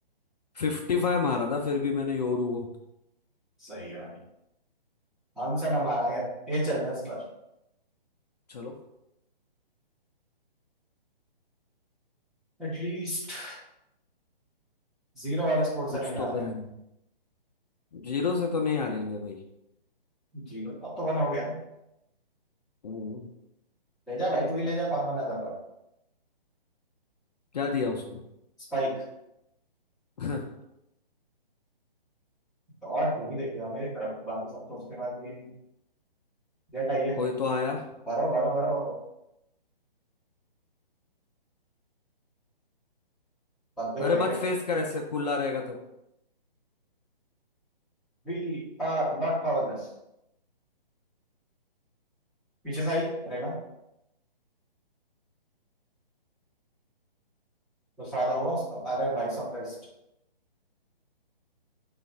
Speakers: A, on the left; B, in the centre.
A: फिफ्टी फाइव मारा था फिर भी मैंने योरू को
B: सही है भाई हमसे ना मारा गया ये चल रहा है इस पर
A: चलो
B: एटलीस्ट जीरो वाले स्कोर से
A: कुछ
B: नहीं आ
A: तो
B: रहे
A: करें
B: हैं।
A: जीरो से तो नहीं हारेंगे भाई
B: जीरो अब तो वन हो गया ना
A: हम्म,
B: ले जा भाई तू ही ले जा कौन मना कर रहा है
A: क्या दिया उसको
B: स्पाइक
A: <laughs>
B: तो और क्यों ही देखेगा मेरी तरफ बाकी सब तो उसके पास भी है डेट आई है
A: कोई तो आया
B: भरो भरो भरो भग गई
A: अरे
B: भाई
A: मत
B: that
A: फेस कर ऐसे खुला रहेगा तो
B: We are not powerless पीछे से आई रहना कुछ फायदा हुआ उसका अरे भाई सप्रेस्ड